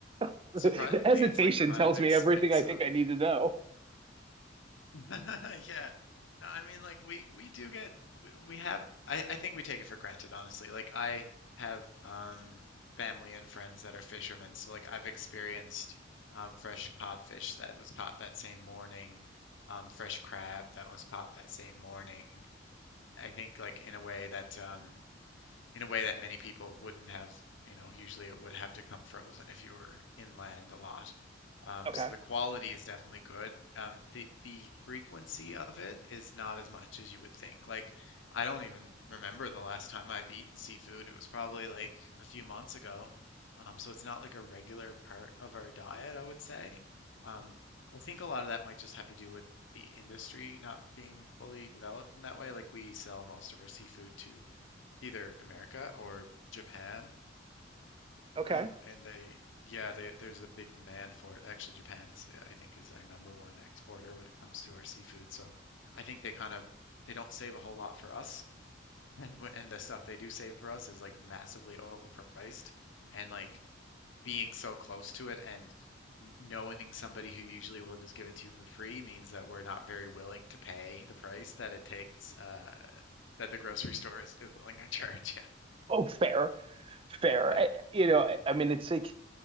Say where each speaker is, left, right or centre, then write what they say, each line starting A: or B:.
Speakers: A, on the right (about 30°); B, on the left (about 80°).
A: <laughs> the
B: surprisingly
A: hesitation
B: it's like kind
A: tells
B: of expensive
A: me everything I think I need to know.
B: <laughs> Yeah. No, I mean, like we we do get we, we have I I think we take it for granted, honestly. Like I have um family and friends that are fishermen, so like I've experienced um fresh codfish that was caught that same morning, um fresh crab that was caught that same morning. I think like in a way that um in a way that many people wouldn't have, you know, usually it would have to come frozen if you were inland a lot. Um,
A: Okay.
B: so the quality is definitely good. Um, the the frequency of it is not as much as you would think. Like, I don't even remember the last time I've eaten seafood. It was probably like a few months ago. Um, so it's not like a regular part of our diet, I would say. Um, I think a lot of that might just have to do with the industry not being fully developed in that way. Like we sell most of our seafood to either America or Japan.
A: Okay.
B: Um, and they, yeah, they, there's a big demand for it. Actually, Japan is, uh, I think, is our number one exporter when it comes to our seafood. So I think they kind of they don't save a whole lot for us, and wh- and the stuff they do save for us is like massively overpriced. And like being so close to it and n- knowing somebody who usually will just give it to you for free means that we're not very willing to pay the price that it takes uh, that the grocery store is, is willing to charge. <laughs>
A: Oh, fair, fair.
B: Yeah,
A: I, you know, I, I mean, it's like